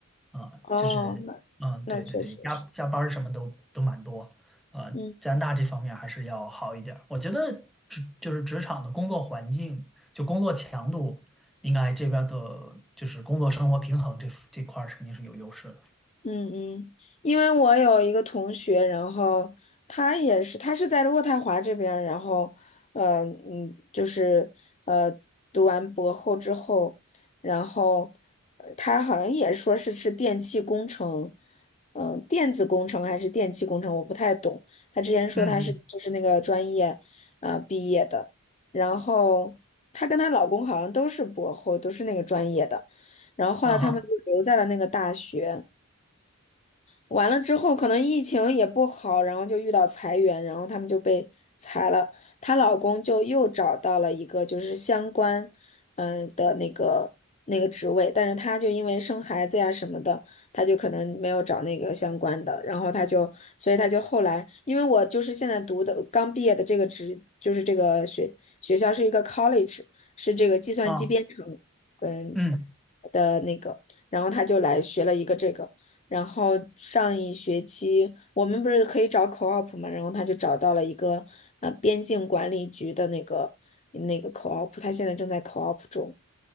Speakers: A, in the centre; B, on the left.
A: 啊，
B: 哦，
A: 就是，
B: 那那确实是，
A: 嗯，对对对，加加班儿什么都都蛮多，啊，
B: 嗯。
A: 加拿大这方面还是要好一点儿我觉得职就是职场的工作环境，就工作强度，应该这边儿的就是工作生活平衡这这块儿肯定是有优势的，
B: 嗯嗯，因为我有一个同学，然后他也是，他是在渥太华这边儿然后，呃，嗯，就是呃，读完博后之后，然后呃他好像也说是是电气工程，嗯、电子工程还是电气工程，我不太懂。他之前说他是就是那个专业，
A: 嗯
B: 呃，毕业的，然后她跟她老公好像都是博后，都是那个专业的，然后后来他们就留在了那个大学。
A: 嗯，啊哈，
B: 完了之后，可能疫情也不好，然后就遇到裁员，然后他们就被裁了。她老公就又找到了一个就是相关，嗯的那个那个职位，但是她就因为生孩子呀什么的，她就可能没有找那个相关的，然后她就，所以她就后来，因为我就是现在读的刚毕业的这个职，就是这个学学校是一个 college，是这个计算机编程跟
A: 啊，嗯。
B: 的那个，然后他就来学了一个这个，然后上一学期我们不是可以找 co-op 嘛，然后他就找到了一个呃边境管理局的那个那个 co-op，他现在正在 co-op 中。